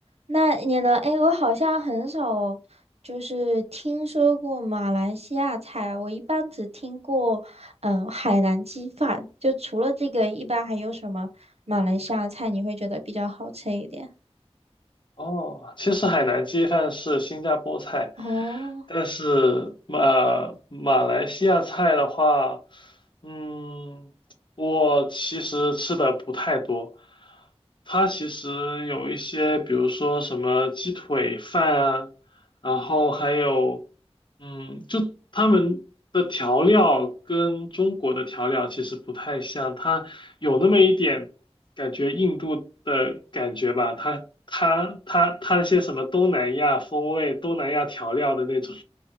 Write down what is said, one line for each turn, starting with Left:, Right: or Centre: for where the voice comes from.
Right: 那你呢？哎，我好像很少就是听说过马来西亚菜，我一般只听过嗯呃海南鸡饭。就除了这个，一般还有什么马来西亚菜你会觉得比较好吃一点？
Left: 哦，其实海南鸡饭是新加坡菜，
Right: 哦，
Left: 但是马马来西亚菜的话，嗯，我其实吃的不太多。它其实有一些，比如说什么鸡腿饭啊，然后还有，嗯，就他们的调料跟中国的调料其实不太像，它。有那么一点感觉印度的感觉吧，它它它它那些什么东南亚风味、东南亚调料的那种，